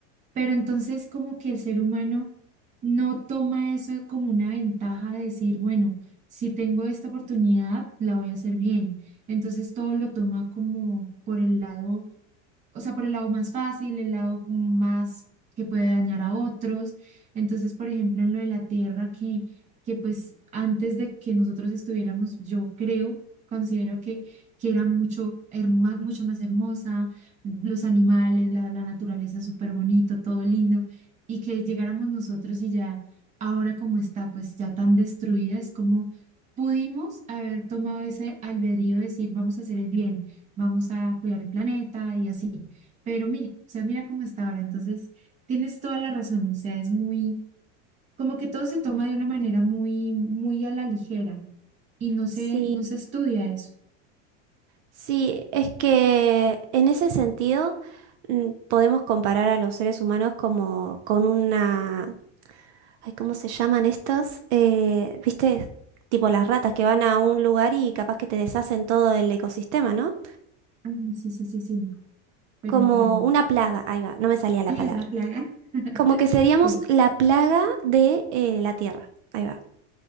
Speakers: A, on the right; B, on the right.
A: Pero entonces como que el ser humano no toma eso como una ventaja de decir, bueno, si tengo esta oportunidad, la voy a hacer bien. Entonces todo lo toma como por el lado o sea, por el lado más fácil, el lado más que puede dañar a otros. Entonces, por ejemplo, en lo de la tierra, que, que pues antes de que nosotros estuviéramos, yo creo, considero que, que era mucho, herma- mucho más hermosa, los animales, la, la naturaleza súper bonito, todo lindo, y que llegáramos nosotros y ya ahora como está, pues ya tan destruida, es como... Pudimos haber tomado ese albedrío de decir, vamos a hacer el bien, vamos a cuidar el planeta y así. Pero mira, o sea, mira cómo está ahora. Entonces, tienes toda la razón. O sea, es muy, como que todo se toma de una manera muy, muy a la ligera y no se,
B: Sí.
A: no se estudia eso.
B: Sí, es que en ese sentido mm, podemos comparar a los seres humanos como con una... Ay, ¿cómo se llaman estos? Eh, ¿viste? Tipo las ratas que van a un lugar y capaz que te deshacen todo el ecosistema, ¿no?
A: Ay, no, sí, sí, sí, sí. Pero
B: Como
A: bueno,
B: una plaga, ahí va, no me salía
A: <laughs>
B: la
A: ahí
B: palabra.
A: es la plaga. <laughs>
B: Como que seríamos
A: Sí,
B: la plaga de eh, la Tierra, ahí va.